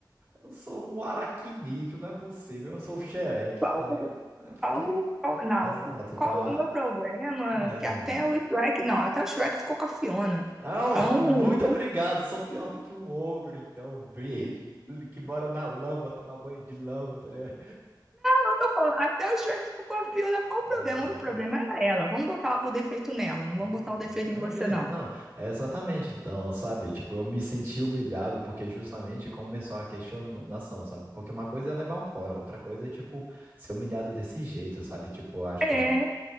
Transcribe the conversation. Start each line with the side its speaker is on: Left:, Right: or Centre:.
Right: eu sou um aracnídeo, não é possível, eu sou o xereque,
Centre: qual.
Right: tá ligado? Eu fiquei,
Centre: Qual, qual- não,
Right: exato, então,
Centre: qual o
Right: ah,
Centre: meu problema?
Right: é...
Centre: Que até o Shrek, não, até o Shrek ficou com a Fiona.
Right: Ah,
Centre: Então,
Right: <laughs> muito obrigado, sou pior do que um ogro, então, verde, que mora na lama, tomar banho de lama, tá ligado?
Centre: eu tô falando, até o Shrek ficou com a Fiona, qual o problema?
Right: É,
Centre: O problema é ela. Vamos botar o defeito nela, não vamos
Right: Ah,
Centre: botar o defeito em você,
Right: é, gente,
Centre: não.
Right: não, é exatamente, então, sabe? Tipo, eu me senti humilhado porque justamente começou a questionação, sabe? Porque uma coisa é levar um fora, outra coisa é, tipo, ser humilhado desse jeito, sabe? Tipo, eu acho
Centre: É,
Right: que ela.
Centre: é.